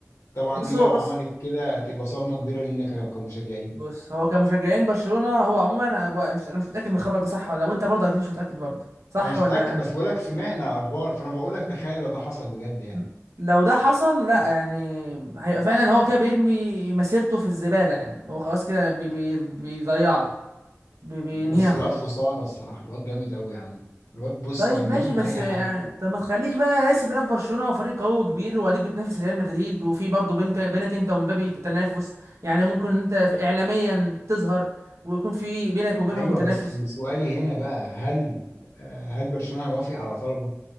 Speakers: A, on the left; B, on the right.
A: طبعا
B: بص
A: دي
B: هو
A: لو
B: بص
A: عملت كده تبقى صدمة كبيرة لينا ك- كمشجعين
B: بص هو كمشجعين برشلونة هو عموما انا ب- مش انا مش متأكد من الخبر ده صح ولا لا وانت برضه اكيد مش متأكد برضه صح
A: انا مش
B: ولا
A: متأكد بس بقول لك سمعنا اخبار فانا بقول لك تخيل
B: مم.
A: لو ده حصل بجد يعني
B: مم. لو ده حصل لا يعني هيبقى فعلا هو كده بيرمي مسيرته في الزبالة يعني هو خلاص كده بي بي بيضيعها بي بينهيها
A: بس
B: خالص
A: الواد خسارة الصراحة الواد جامد قوي يا عم الواد بص
B: طيب
A: بيلم
B: ماشي بس
A: اي
B: يعني
A: حد
B: طب ما تخليك بقى راسي بقى في برشلونه وفريق قوي وكبير واديك بتنافس ريال مدريد وفي برضه بينك بينك انت ومبابي تنافس يعني ممكن انت في- اعلاميا تظهر ويكون في بينك وبينهم
A: ايوه
B: تنافس
A: بس سؤالي هنا بقى هل آه، هل برشلونه هيوافق على طلبه؟